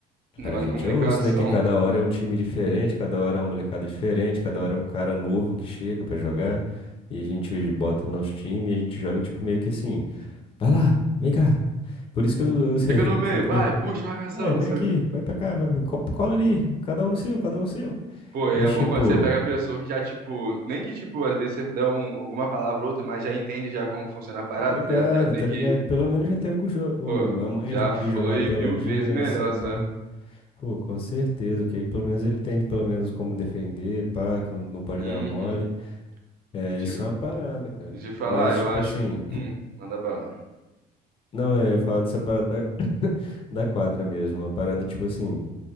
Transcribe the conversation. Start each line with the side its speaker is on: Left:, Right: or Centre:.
Right: Negócio
Left: pra gente
Right: de comunicação.
Left: é osso, né? Que cada hora é um time diferente, cada hora é uma molecada diferente, cada hora é um cara novo que chega pra jogar. E a gente bota o nosso time e a gente joga, tipo, meio que assim, vai lá, vem cá. Por isso que eu, eu <laughs> sinto.
Right: Fica no meio, vai, puxa, marcação,
Left: É, vem
Right: não sei
Left: aqui,
Right: o
Left: vai pra cá, vai, co- cola ali, cada um no seu, cada um no seu.
Right: Pô, e
Left: Mas,
Right: é bom
Left: tipo,
Right: quando você pega a pessoa que já, tipo, nem que, tipo, às vezes você dá um, alguma palavra ou outra, mas já entende já como funciona a parada,
Left: tá ligado,
Right: tá ligado? Já tem
Left: tá
Right: que,
Left: ligado? Pelo menos já tem o, cujo- o-
Right: pô,
Left: a manha
Right: já
Left: de, de
Right: flui
Left: jogar peladinha,
Right: mil vezes
Left: né,
Right: melhor,
Left: assim, pá.
Right: sabe?
Left: Pô, com certeza, que aí pelo menos ele tem de pelo menos como defender, pá, que não, não pode
Right: Uhum.
Left: dar mole. É,
Right: E te,
Left: isso é uma parada, cara.
Right: e te falar,
Left: Mas,
Right: eu
Left: tipo
Right: acho
Left: assim,
Right: que. Hum, manda bala.
Left: não, é, eu falo dessa parada da, da quadra mesmo, uma parada, tipo assim,